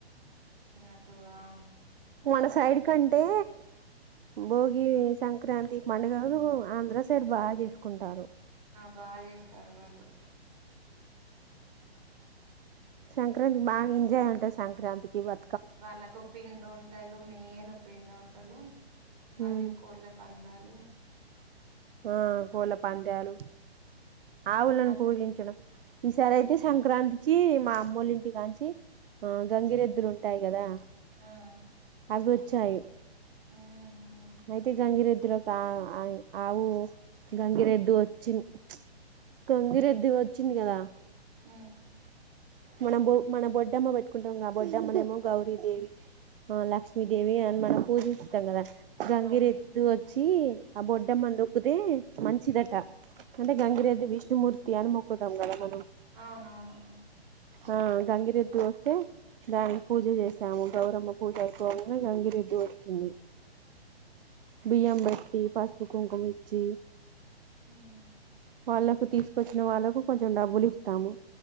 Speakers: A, on the right (about 40°); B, on the right (about 60°).
A: అటు ఆ
B: మన సైడ్ కంటే
A: ఉన్నాం
B: భోగి సంక్రాంతి మన లు ఆంధ్ర సైడ్ బాగా చేసు కుంటారు
A: బా చేస్తారు వాళ్ళు
B: సంక్రాంతి బాగా ఎంజాయ్ ఉంటుంది సంక్రాంతికి వ
A: వాళ్ళకు పిండి ఉంటారు మేన్ పిందొటలు టలు మల్ళ
B: హ్మ్
A: కోళ పాన్ రాలు
B: ఆ కోల పందలు ఆవులను
A: నాకు
B: పూజించడం ఈసారి అయితే సంక్రాంతికి మా మామ్మోలింటి కాంచి ఆ గంగిరెద్దులు ఉంటాయి కదా
A: ఆ
B: అవి వచ్చాయి
A: ఊహు
B: అయితే గంగిరెద్దుల ఒక ఆ ఆవు గంగిరెద్దు వచ్చి చ కంగిరదిచ్చ చిన్ కదా
A: ఊ
B: మన బు మన బ మ్మ పెట్టుంటాం గ బొడమ్మో గౌరీ దేవి ఆ లష్మీ దేవి అండ్ మనం పూజింస్తంగద గంగిరెద్దు
A: అవును
B: వచ్చి ఈ ఆ బొడ్డమ్మనిక్కితే మంచిదట అంటే గంగిరెద్దు
A: ఆహా
B: విష్ణుమూర్తి అని మొక్కుతాం కదా మనం
A: అవునవును
B: ఆ గంగిరెద్దు వస్తే దానికి పూజ చేసాము గౌరమ్మ పూజ అయిపోవంగనే గంగిరెద్దు ఒచ్చింది బియ్యం బెట్టి పస్పు కుంకుమిచ్చి
A: ఉమ్
B: వాళ్ళకు తీసుకొచ్చిన వాళ్ళలకు కొంచెం డబ్బులు ఇస్తాము